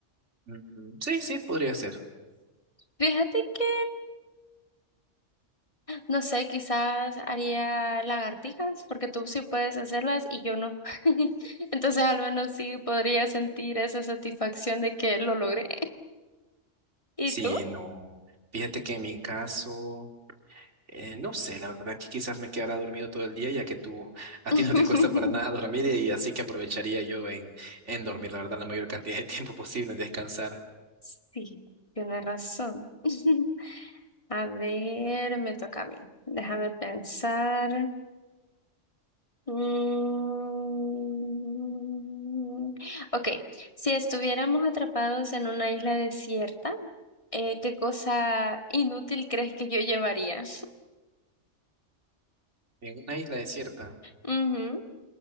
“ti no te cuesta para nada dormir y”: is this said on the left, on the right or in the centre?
Right